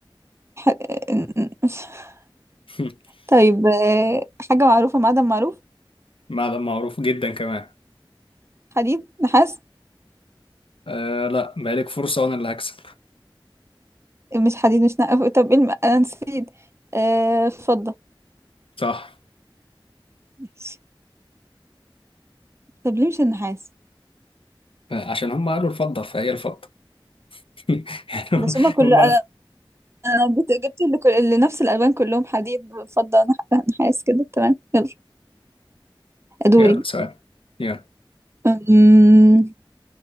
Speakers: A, on the right; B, on the left.
A: الح... <laughs>
B: <laughs>
A: طيب آه، حاجة معروفة معدن معروف
B: معدن معروف جدا كمان
A: حديد نحاس
B: أه... لا بقالك فرصة وأنا اللي هكسب
A: مش حديد مش نحاس طب ايه الم... انا نسيت آه، فضة
B: صح
A: ماشي. طب ليه مش النحاس
B: عشان هم قالوا الفضة فهي الفضة <laughs> يعني
A: بس هما كل
B: هم
A: انا أنا جبت جبت اللي كل... اللي نفس الالوان كلهم حديد فضة نح... نحاس كده تمام يلا دوري
B: يلا سؤال يلا
A: أمم،